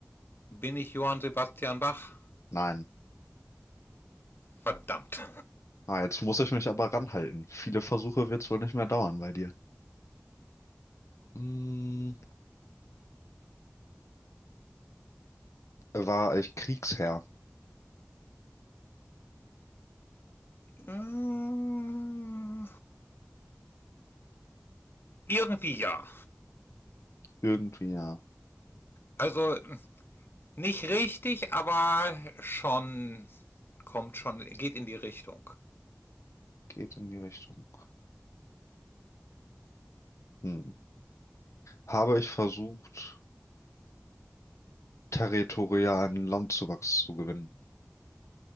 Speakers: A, on the left; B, on the left.
A: Bin ich Johann Sebastian Bach?
B: nein.
A: Verdammt.
B: Ah, jetzt muss ich mich aber ranhalten. Viele Versuche wird es wohl nicht mehr dauern bei dir. Mm, war ich Kriegsherr?
A: Ähm, Irgendwie ja.
B: Irgendwie ja.
A: Also nicht richtig, aber schon kommt schon, geht in die Richtung.
B: Geht in die Richtung. Hm. Habe ich versucht, territorialen Landzuwachs zu gewinnen?